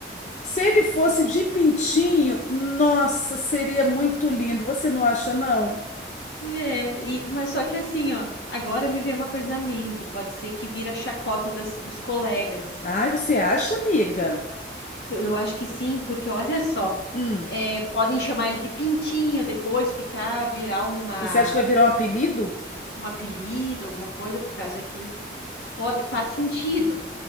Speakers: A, on the left (about 40°); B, on the left (about 70°).
A: se ele fosse de pintinho, nossa, seria muito lindo. Você não acha, não?
B: é, e- mas só que assim, ó, agora me veio uma coisa na mente, pode ser que vira a chacota das- dos colegas.
A: Ai, você acha, amiga?
B: Eu eu acho que sim, porque olha só,
A: Hum,
B: é, podem chamar ele de pintinho, depois ficar, virar uma,
A: você acha que vai
B: uma,
A: virar um apelido?
B: um apelido, alguma coisa por causa daquilo. Pode, faz sentido.